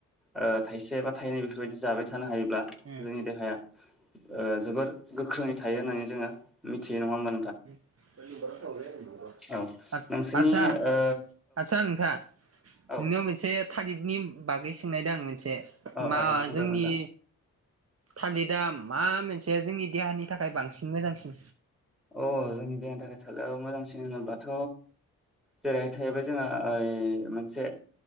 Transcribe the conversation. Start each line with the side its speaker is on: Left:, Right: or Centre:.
Centre: ओ थाइसे बा थाइनै बेफोरबायदि जाबाय थानो हायो थायोब्ला
Right: उम
Centre: जोंनि देहाया ओ जोबोर गोख्रोङै थायो होननानै जोंङो मिथियो नंङामोन
Right: <unintelligible> <unintelligible>
Centre: औ
Right: आ
Centre: नोंसोरनि
Right: आसा
Centre: ओ
Right: आसाया नोंथां
Centre: औ
Right: नोंनि आव मोनसे थालिरखनि बागै सोंनायदों आं मोन मोनसे
Centre: अ
Right: मा
Centre: अ अ सोंजागोन
Right: जोंनि
Centre: नोंथां
Right: थालिरदाया मा मोनसे जोंनि देहानि थाखाय बांसिन मोजांसिन
Centre: अ जोंनि देहानि थाखाय थालिराव मोजांसिन होनोब्लाथ' जेरैहाय थाहैबाय जोंहा ओइ मोनसे